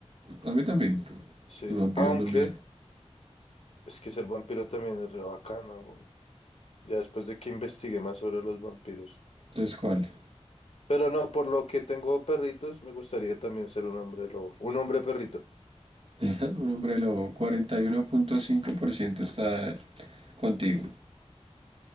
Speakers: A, on the right; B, on the left.
A: A mí también,
B: Sí,
A: los vampiros
B: aunque
A: no me dan.
B: es que ser vampiro también es re bacano, güey. Ya después de que investigué más sobre los vampiros.
A: Entonces, ¿cuál?
B: Pero no, por lo que tengo perritos, me gustaría también ser un hombre lobo. Un hombre perrito.
A: <laughs> Un hombre lobo, 41.5% está contigo.